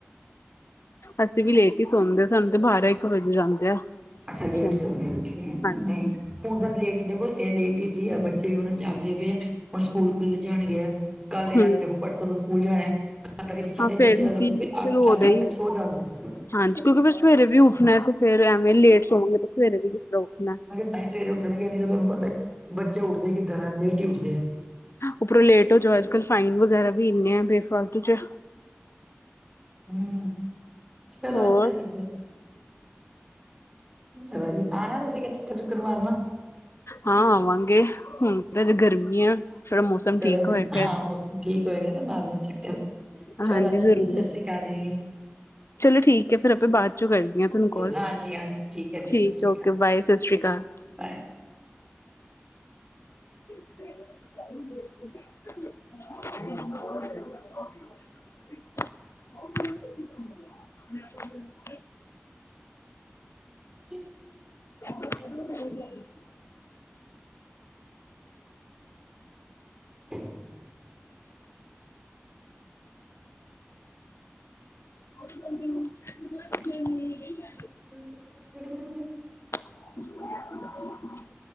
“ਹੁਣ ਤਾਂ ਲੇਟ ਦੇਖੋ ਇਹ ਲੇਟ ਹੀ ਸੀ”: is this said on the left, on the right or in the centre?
Right